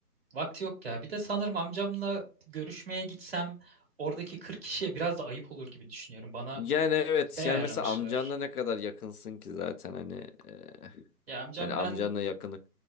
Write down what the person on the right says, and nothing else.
vakti yok ya. Bir de sanırım amcamla görüşmeye gitsem oradaki 40 kişiye biraz da ayıp olur gibi düşünüyorum. Bana
şey
ayarlamışlar.
Ya amcam
ben